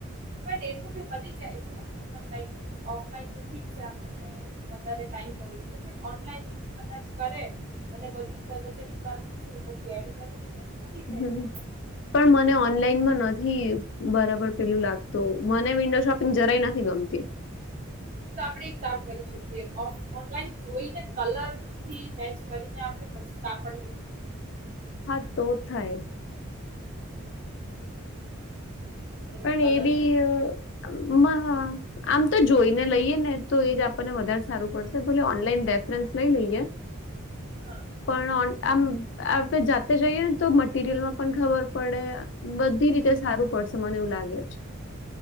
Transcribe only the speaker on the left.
હમ્મ.
પણ મને ઓનલાઈનમાં નથી બરાબર પેલું લાગતું મને વિન્ડો શોપિંગ જરાય નથી ગમતી.
હા તો થાય.
પણ
એ બી
આમ તો જોઈને લઈએે ને તો એ જ આપણને વધારે સારું પડશે ભોલે ઓનલાઈન રેફરન્સ લઈ લઈએ
પણ આમ આપણે જાતે જઈએ ને તો મટીરિયલમાં પણ ખબર પડે બધી રીતે સારું પડશે. મને એવું લાગે છે.